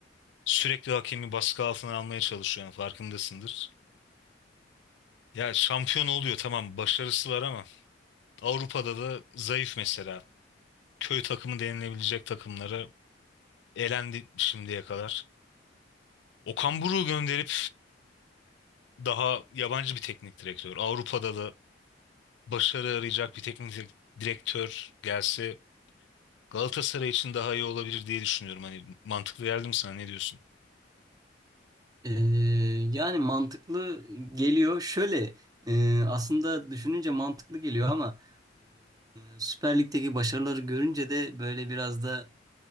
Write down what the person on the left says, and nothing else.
sürekli hakemi baskı altına almaya çalışıyor. Yani farkındasındır. Ya şampiyon oluyor tamam başarısı var ama Avrupa'da da zayıf mesela. Köy takımı denilebilecek takımlara elendi şimdiye kadar. Okan Buruk'u gönderip daha yabancı bir teknik direktör. Avrupa'da da başarı arayacak bir teknik direk- direktör gelse Galatasaray için daha iyi olabilir diye düşünüyorum. Hani mantıklı geldi mi sana ne diyorsun?